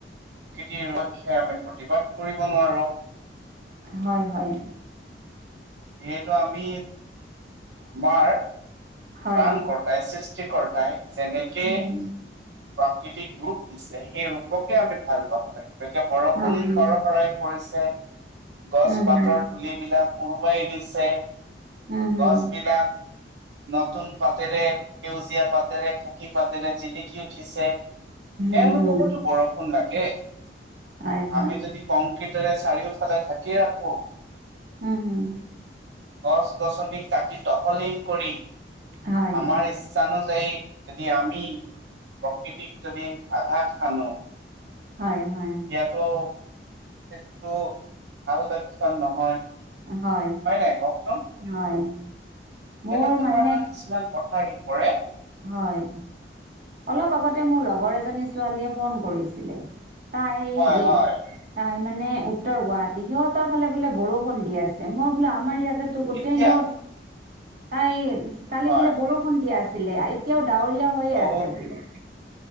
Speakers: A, on the right; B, on the right.
A: প্ৰকৃতিৰ পক্ষে আমি, প্ৰতিবাদ কৰিব নোৱাৰোঁ।
B: হয়, হয়!
A: যিহেতু আমি, আমাৰ
B: হয়
A: প্ৰান
B: হয়
A: কৰ্তাই, সৃষ্টি কৰ্তাই যেনেকে,
B: উম
A: প্ৰাকৃতিক ৰূপ দিছে, সেই ৰূপকে আমি ভাল পাব লাগে। গতিকে, বৰষুণ
B: হুম
A: সৰ-সৰাই পৰিছে, গছ-পাতৰ
B: উম হুম উম
A: ধূলিবিলাক উৰুৱাই দিছে।
B: হুম উম হুম
A: গছ বিলাক নতুন পাতেৰে, সেউজীয়া পাতেৰে, কুঁহি পাতেৰে, জিলিকি উঠিছে।
B: উম
A: এওঁলোককোতো
B: হুম
A: বৰষুণ লাগে।
B: হয় হয়
A: আমি, যদি কংক্ৰিটৰে চাৰিও ফালে ঢাকি ৰাখো।
B: উম, হুম,
A: গছ গছনি কাটি তহলিং কৰি
B: হয়,
A: আমাৰ- ইচ্ছানুযায়ী যদি আমি- প্ৰকৃতিক যদি আঘাত সানো-
B: হয়, হয়।
A: অঁ। সেইটোটো ভাল লক্ষণ নহয়।
B: হয়,
A: নাই কওকচোন
B: হয়। মোৰ
A: এনেকুৱা
B: মানে
A: ধৰণৰ কিছুমান কথা আহি পৰে।
B: হয় অলপ আগতে মোৰ লগৰ এজনী ছোৱালীয়ে ফোন কৰিছিলে। তাই
A: হয়
B: হেৰি-
A: হয়
B: তাই মানে উত্তৰ গুৱাহাটীৰ, সিহঁতৰ ফালে বোলে বৰষুণ দি আছে। মই বোলো আমাৰ ইয়াতে- গোটেই
A: এতিয়া
B: ৰদ, তাই কালি
A: হয়
B: বোলে বৰষুণ দিয়া আছিলে। এতিয়াও ডাৱৰীয়া হৈয়ে
A: অ
B: আছে বোলে।